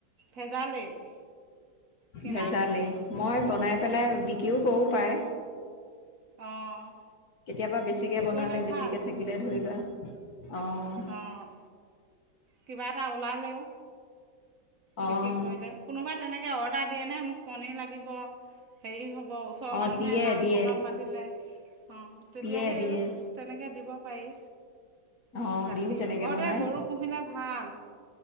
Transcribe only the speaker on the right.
ভেজালেই কিনাখিনিও
অঁ।
বিক্ৰী
কৰিলে
ভাল
অঁ, কিবা এটা ওলালেও। বিক্ৰী
কৰিলে। কোনোবাই তেনেকৈ অৰ্ডাৰ দিয়েনে? মোক পনীৰ লাগিব হেৰি হ'ব ওচৰৰ
মানুহে
নাম
সকাম পাতিলে? অ', তেতিয়া
সেই
তেনেকৈ দিব পাৰি।
গাখীৰ,
ঘৰতে
গৰু পুহিলে ভাল।